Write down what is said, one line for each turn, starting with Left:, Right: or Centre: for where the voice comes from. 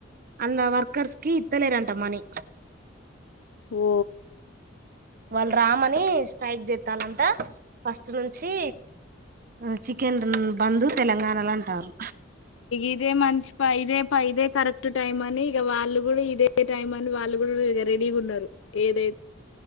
Right: అన్న వర్కర్స్ కి ఇత్తలేరంట మనీ
Left: ఓ
Right: వాళ్ రామని స్ట్రైక్ చేత్తాలంటా ఫస్ట్ నుంచీ ఉ చికెన్ ర్ బందు తెలంగాణల అంటారు
Left: ఇదే మంచి ప ఇదే ప ఇదే కరెక్ట్ టైమ్ అని ఇగ వా ళ్ళు గూడా ఇదే టైం అని వాళ్ళు గూడ రెడీగున్నారు ఏదే